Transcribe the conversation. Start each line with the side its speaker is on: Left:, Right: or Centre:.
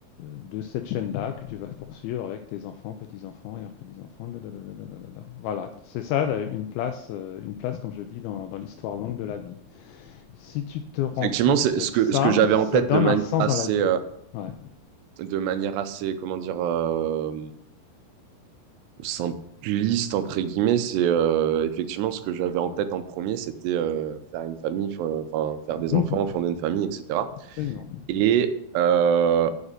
Left: de cette chaîne-là que tu vas poursuivre avec tes enfants, petits-enfants et leurs petits-enfants. da, da, da, da, da, da, da. Voilà, c'est ça là, une place, euh, une place comme je dis dans, dans l'histoire longue de la vie. Si tu te rends
Right: Effectivement,
Left: compte
Right: c'est
Left: de
Right: ce
Left: ça,
Right: que ce que j'avais
Left: ça
Right: en tête
Left: donne
Right: de manière
Left: un sens
Right: assez
Left: dans la vie.
Right: euh,
Left: Ouais.
Right: de manière assez comment dire euh, simpliste entre guillemets, c'est euh, effectivement ce que j'avais en tête en premier, c'était euh, faire une famille, fo- enfin faire des
Left: Mhm,
Right: enfants, fonder une famille, etc.
Left: absolument.
Right: Et euh,